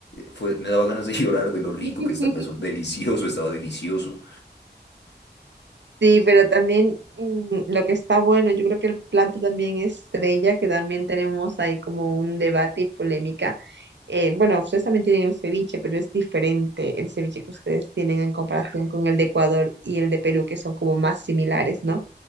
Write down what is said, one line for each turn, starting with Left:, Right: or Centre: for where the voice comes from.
Left: Fue, me daba ganas de <laughs> llorar de lo rico
Right: <laughs>
Left: que estaba eso. Delicioso, estaba delicioso.
Right: Sí, pero también mm, lo que está bueno, yo creo que el plato también estrella, que también tenemos ahí como un debate y polémica. Eh, bueno, ustedes también tienen el ceviche, pero es diferente el ceviche que ustedes tienen en comparación con el de Ecuador y el de Perú, que son como más similares, ¿no?